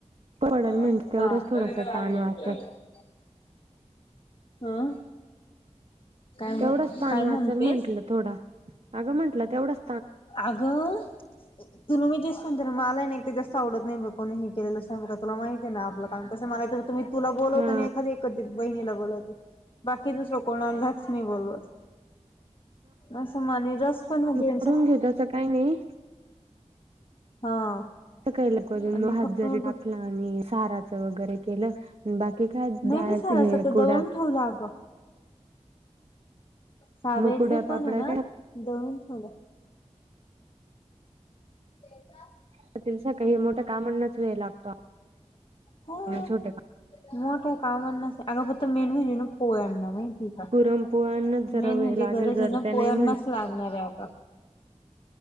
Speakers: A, on the right (about 55°); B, on the left (about 45°).
A: पडल
B: <unintelligible>
A: म्हणजे तेवढंच थोडासा ताण वाचल
B: हं काय
A: तेवढाच
B: म्ह
A: ताण
B: काय म्हणतेस?
A: वाचल म्हंटलं थोडा अगं म्हटलं तेवढंच.
B: आगं. तुु मी तेच सांते मला नाही एक ते जास्त आवडत नाही कोणी हे केलेलं नाही का तुला माहिती आहे ना आपलं काय? कस म्हणायचं मी तुला बोलवत
A: हा
B: आणि एखादी एदी बहिणीला बोलवते. बाकी दुसरं कोणालाच मी बोलवत. असं मा आणि रस पण म्हणजेचा
A: करून तसं काही नाही.
B: हा
A: याला करून
B: आणि
A: हात
B: फक्त
A: जरी
B: मग
A: टाकला.
B: तो
A: आणि साराच वगैरे केलं बाकी काय
B: नाही
A: डाळ
B: मी सारायचा तो
A: कुडा
B: दळून ठेवला अगं. सारायचे
A: मग कुड्या
B: पण
A: पापड्या
B: आहे ना दळुन ठेवलं. ते ना.
A: सकाळी काही मोठ्या कामांनाच वेळ लागतो
B: हा
A: छोटे काम
B: मोठ्या कामांना अगं फक्त मेनू हाय पोयाना बिन ठीक आहे
A: पुरणपोळ्यांनाच जरा
B: मेन
A: वेळ
B: म्हणजे
A: लागेल
B: गरज
A: जर
B: आहे ना
A: त्या
B: पोराना
A: नाही म्हण
B: लागणार आहे आता